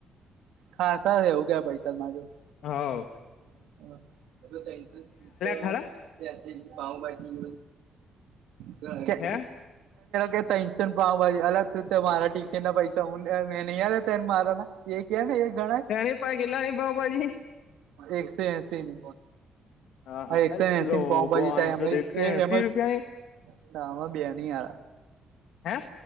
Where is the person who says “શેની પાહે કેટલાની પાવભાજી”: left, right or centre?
Left